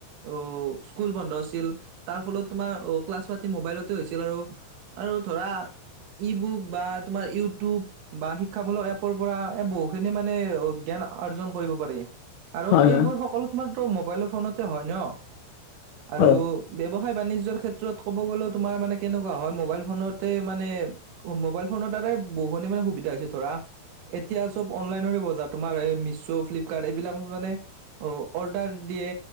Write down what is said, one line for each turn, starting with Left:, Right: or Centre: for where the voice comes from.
Right: ত' স্কুল বন্ধ আছিল। তাৰ ফলত তোমাৰ, ক্লাছ- পাতি মোবাইলতে হৈছিল আৰু। আৰু ধৰা, ই-বুক বা তোমাৰ ইউটিউব বা শিক্ষামূলক এপৰ পৰা, এ, বহু খিনি মানে, অ'! জ্ঞান অৰ্জন কৰিব পাৰি। আৰু
Left: হয়
Right: এইবোৰ
Left: হয়
Right: সকলো তোমাৰতো মোবাইল ফোনতে হয় ন'! আৰু
Left: হয়
Right: ব্যৱসায় বাণিজ্যযৰ ক্ষেত্ৰত ক'ব গ'লে, তোমাৰ মানে, কেনেকুৱা হয়, মোবাইল ফোনতে মানে, অ' মোবাইল ফোনৰ দ্বাৰাই বহুখিনি মানে, সুবিধা হৈছে ধৰা। এতিয়া চব, অনলাইনৰে বজাৰ। তোমাৰ মিছো, ফ্লিপকাৰ্ট এইবিলাক মানে। অ'! অৰ্ডাৰ দিয়ে।